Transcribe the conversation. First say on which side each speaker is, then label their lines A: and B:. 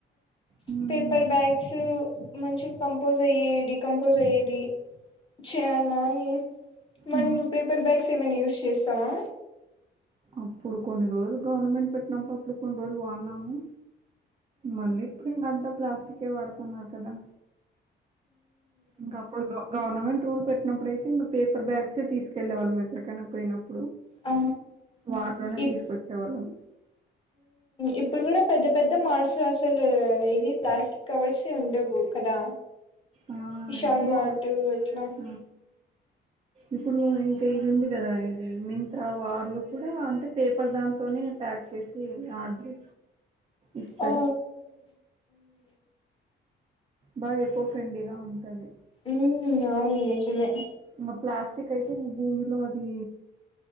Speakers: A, on the right; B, on the left.
A: హ్మ్.
B: పేపర్ బ్యాగ్స్ మంచి కంపోజ్ అయ్యే డి కంపోజ్ అయ్యేది చేయాల అని మరి
A: ఆ!
B: ను బైక్స్ ఏమ యూస్ చేస్తామా
A: అప్పుడు కొన్ని రోజులు గవర్నమెంట్ పెట్టినప్పుడు అప్పుడు కొన్ని రోజులు వాడినాము మళ్ళీ ఇప్పుడు ఇన్నంతా ప్లాస్టిక్ే వాడుతున్నారు కదా ఇంకా అప్పుడు గవర్నమెంట్ రూల్ పెట్టినప్పుడుయితే ఇంకా పేపర్ బ్యాగ్సే తీసుకు వెళ్ళ వాళ్ళ ఎక్కకైనా పోయినప్పు
B: ఆ
A: వాటిలోనే
B: ఇప్
A: తీసుకొచ్చే వాళ్ళం
B: ఇప్పుడు కూడా పెద్ద పెద్ద మార్స్ అసలు ఏవి ప్లాస్టిక్ కవర్స్ ఉండవు కదా
A: ఆ,
B: విశాల్
A: ఇప్పుడు
B: మాట్ అట్లా
A: ఆ, ఇప్పుడు ఇంకా ఇది ఉంది కదా ఇది మింత వార్లు కూడా అంటే పేపర్ దాని తనే ప్యాక్ వ చేేసి ఆడీ ఇస్తస్తారు
B: ఆ
A: బాగా ఎక్కువ ఫ్రెండ్లీగా ఉంటది
B: ఉ అవును నిజమే
A: ఇకా ప్లాస్టిక్ అయితే ఇంకా భూమిలో అది